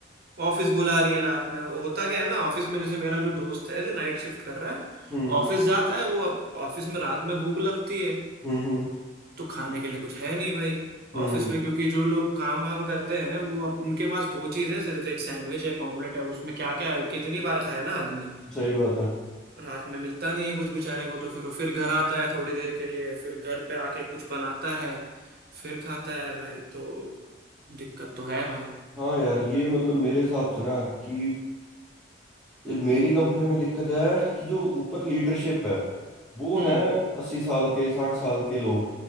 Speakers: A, on the right; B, in the centre.
A: ऑफिस बुला रही हैं रात में अब होता क्या है ना ऑफिस में जैसे मेरा जो दोस्त है जो नाइट शिफ्ट कर रहा है
B: हम्म
A: ऑफिस जाता है वो अब ऑफिस में रात में भूख लगती है
B: हम्म हम्म
A: तो खाने के लिए कुछ है नहीं भाई
B: हम्म
A: ऑफिस में क्योंकि जो लोग काम वाम करते हैं वो अब उनके पास दो चीज़ है सिर्फ एक सैंडविच है एक ऑमलेट है उसमें क्या क्या कितनी बार खाए ना आदमी
B: सही बात है
A: रात में मिलता नहीं है कुछ बेचारे को तो फिर वो फिर घर आता है थोड़ी देर के लिए फिर घर पे आके कुछ बनाता है फिर खाता है भाई तो दिक्कत तो है भाई
B: हाँ यार ये मतलब मेरे हिसाब से ना कि मेरी कंपनी में दिक्कत है कि जो ऊपर लीडरशिप है वो
A: हम्म
B: है अस्सी साल के साठ साल के लोग